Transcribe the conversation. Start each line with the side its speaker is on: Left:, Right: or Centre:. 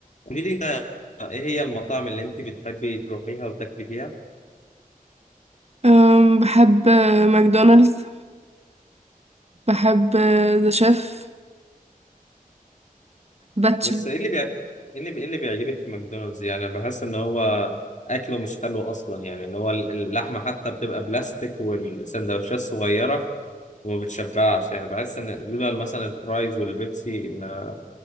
Left: قولي لي بقى، ايه هي المطاعم اللي انت بتحبي تروحيها وتاكلي فيها
Right: أم، بحب ماكدونالدز بحب ذا شيف باتشا
Left: بس ايه اللي بيع... ايه اللي بي... إيه اللي بيعجبك في ماكدونالدز يعني أنا بحس ان هو اكله مش حلو اصلا يعني اللي هو ال- اللحمه حتى بتبقى بلاستيك والسندوتشات صغيره وما بتشبعش يعني بحس ان لولا مثلا الفرايز والبيبسي ما